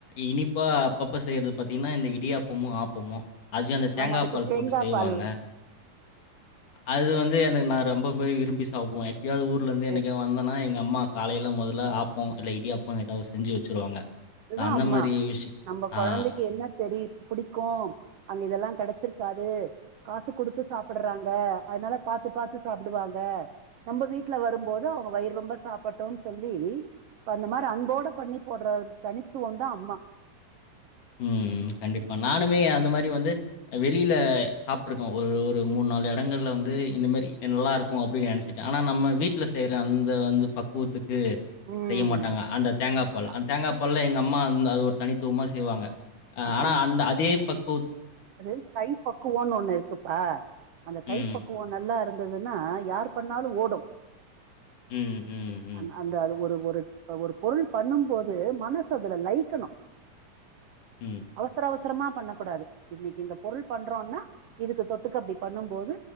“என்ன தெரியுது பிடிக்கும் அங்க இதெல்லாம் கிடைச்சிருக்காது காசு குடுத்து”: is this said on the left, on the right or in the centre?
Right